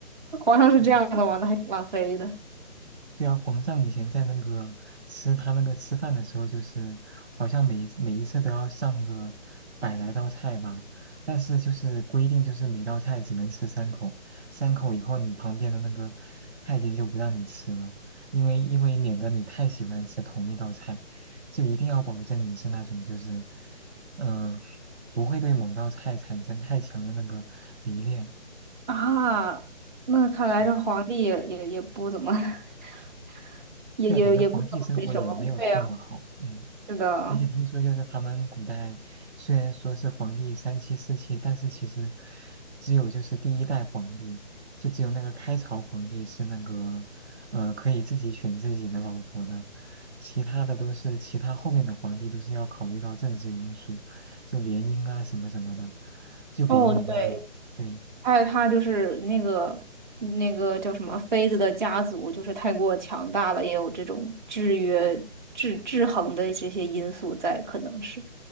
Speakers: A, on the right (about 40°); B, on the right (about 65°).
A: 皇上是这样的吗？
B: 嗯
A: 那还挺浪费的
B: 对啊，皇上以前在那个吃他那个吃饭的时候，就是好像每一每一次都要上个百来道菜吧，但是就是规定就是每道菜只能吃三口，三口以后你旁边的那个太监就不让你吃了，因为因为免得你太喜欢吃同一道菜，就一定要保证你是那种就是嗯、呃不会对某道菜产生太强的那个迷恋，
A: 啊。那看来这皇帝也也也不怎么，
B: 嗯，
A: <laughs> 也也也不怎么那什么。
B: 对啊，感觉皇帝生活也没有那么好，
A: 对呀，
B: 嗯。
A: 是的。
B: 而且听说就是他们古代虽然说是皇帝三妻四妾，但是其实只有就是第一代皇帝，就只有那个开朝皇帝是那个呃可以自己选自己的老婆的，其他的都是其他后面的皇帝都是要考虑到政治因素，就联姻啊什么什么的，就比如你那个对
A: 哦，对，还有他就是那个那个叫什么妃子的家族，就是太过强大了，也有这种制约、制制衡的这些因素在，可能是